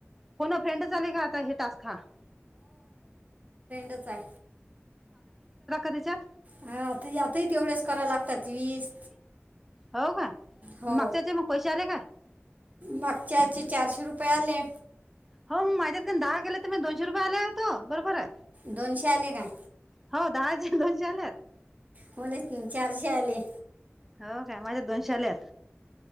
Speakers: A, in the centre; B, on the right.
A: फोन. फ्रेंड चाले का आता हे टास्का.
B: चय.
A: त्याच्यात
B: हाता आताही तेवढ्याच करा लागतात वीस.
A: हो का
B: हो
A: मागच्या ते मग पैसे आले काय
B: मागच्याचे चारशे रुपययाले.
A: हो मग माझ्यातण दहा केले तर मग दोनशे रुपये आले होतो बरोबर आहे.
B: दोनशे आले काय
A: हो दहा जे दोन जे आल्यात.
B: म्ह चारशली.
A: हो काय माझ्या दोन शालेत.